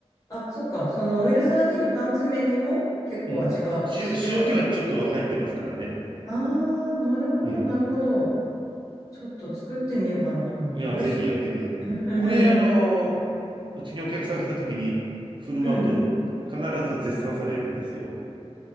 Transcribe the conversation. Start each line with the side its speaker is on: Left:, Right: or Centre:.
Left: あ、そっか。そのオイルサーディンの缶詰にも結構味が、
Right: うん。塩、
Left: 塩味が。
Right: 塩気はちょっと入ってますからね。
Left: ああ、なるほど、
Right: うん。
Left: なるほど。ちょっと作ってみようかなと思います。
Right: いや、
Left: 美味しそうですね。
Right: ぜひやってください。
Left: うん、
Right: これ、
Left: うん、
Right: あのー
Left: うん。
Right: うちにお客さん来た時に振る舞うと必ず絶賛されるんですよ。
Left: うん